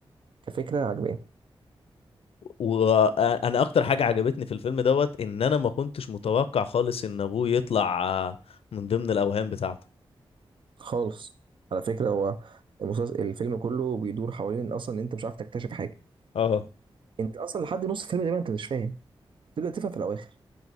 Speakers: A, on the right; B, on the left.
A: كفكره عجباني
B: وانا اكتر حاجه عجبتني في الفيلم دوت ان انا ما كنتش متوقع خالص ان ابوه يطلع آه، من ضمن الاوهام بتاعته
A: خالص على فكره هو المسلسل الفيلم كله بيدور حوالين اصلا إن انت مش عارف تكتشف حاجه
B: اه
A: انت اصلا لحد نص الفيلم ده انت مش فاهم تبدا تفهم في الاواخر